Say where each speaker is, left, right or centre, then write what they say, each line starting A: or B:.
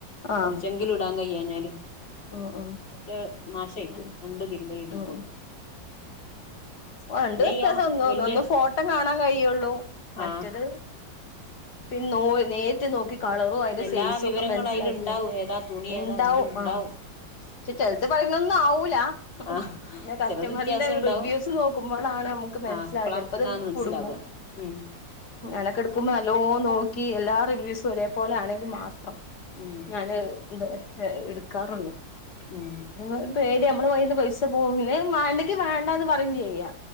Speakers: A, on the left (about 60°); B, on the left (about 75°).
A: ആഹ്
B: ചെങ്കില ഇടാൻ കയ്യാഞ്ഞാല്
A: ഉം ഉം
B: പറ്റെ നാശമായിപ്പോയി
A: പിന്നെ
B: രണ്ട് തിരുമ്പിഴപ്പോഴത്തിന്
A: ഉം രണ്ട് വ്യത്യാസം
B: ഈ
A: ഒന്ന്
B: വല്യ
A: ഒന്ന് ഫോട്ടം കാണാൻ കഴിയൊള്ളു മറ്റേത്
B: ആഹ്
A: പിന്നെ നോക്കി നേര് നോക്കി കളറും അയിന്റെ
B: എല്ലാ
A: സെയ്സൊക്ക
B: വിവരങ്ങളും
A: മൻസ്സിലാക്കി
B: അയില്ണ്ടാവും ഏതാ തുണി
A: ഇണ്ടാവും
B: ഏതാ എല്ലും ഉണ്ടാവും
A: ആഹ് പക്ഷെ ചിലത്ത് പറയുന്നൊന്നും ആവൂല
B: ആഹ്
A: പിന്ന കസ്റ്റമറിന്റെ
B: ചെലത് വ്യത്യാസം ഉണ്ടാവും
A: റിവ്യൂസ് നോക്കുമ്പളാണ് നമ്മക്ക് മൻസ്സിലായ
B: ആഹ് അപ്പളാ
A: ചെൽപ്പൊ
B: പിന്നാണ്
A: അത്
B: മനസ്സിലാവുക
A: കുടുങ്ങും
B: ഉം
A: ഞാനക്കെ എടുക്കുമ്പൊ നല്ലോ നോക്കി എല്ലാ റിവ്യൂസും ഒരേ പോലെ ആണെങ്കി മാത്രം
B: ഉം
A: ഞാന് എന്ത ഏഹ് എടുക്കാറുള്ളു
B: ഉം
A: ഒരു പേടിയ നമ്മള് കയ്യീന്ന് പൈസ പോവോ പിന്നെ അത് മാണ്ടെങ്കി മാണ്ടാന്ന് പറയും ചെയ്യാ